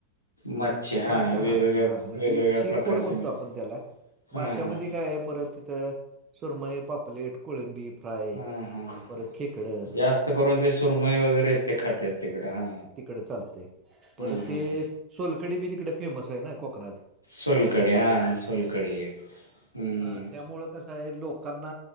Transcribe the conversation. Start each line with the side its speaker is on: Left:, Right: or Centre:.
Left: मच्छी
Right: मासे
Left: वेगवेगळ्या
Right: हा हा म्हणजे
Left: वेगवेगळ्या
Right: सी
Left: प्रकारची
Right: फूड म्हणतो
Left: मच्छी
Right: आपण त्याला माशमध्ये
Left: हा हा
Right: काय ये परत तिथं सुरमई, पापलेट, कोळंबी फ्राय,
Left: हूं हूं हूं
Right: परत
Left: हूं
Right: खेकडं
Left: जास्त करून ते सुरमई वगैरेच ते खात्यात तिकड हा
Right: तिकडे चालतय परत
Left: हम्म
Right: ते सोलकडी बी तिकड फेमस हाय ना कोकणात
Left: सोलकडी हा सोलकडी एक हम्म
Right: अ, त्यामुळं कसं हाय लोकांना